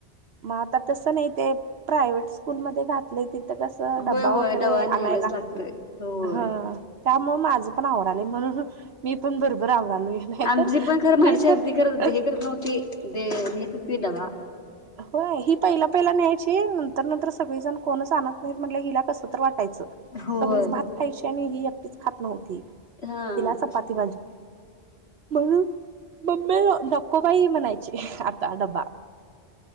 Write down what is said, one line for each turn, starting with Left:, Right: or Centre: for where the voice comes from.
Right: मग आ तस नाही प्रायवट स्कूल म घातलंय तिथं कस डब्बा
Left: होय होय
Right: वगैरे
Left: डबा न्यायलाच
Right: आणायला लागते
Left: लागतोय होय.
Right: ह. त्यामुळे माझं पण आवड आले म्हणून मी पण भरभर आवरालोय नाही
Left: आमची
Right: तर
Left: पण खर म्हडसे
Right: मी तर
Left: होती खर हे करत नव्हती. पिडवा
Right: हो ही पहिला पहिला न्यायची नंतर नंतर सगळीजण कोणच आणत नाही म्हट हिला कस तर वाट.
Left: होय
Right: सगळीच भात खायची आणि ह खात नव्हती
Left: हा.
Right: हिला चपाती भाजी म्हणून मम् म नको बाई म्हणायची आता ड्बा.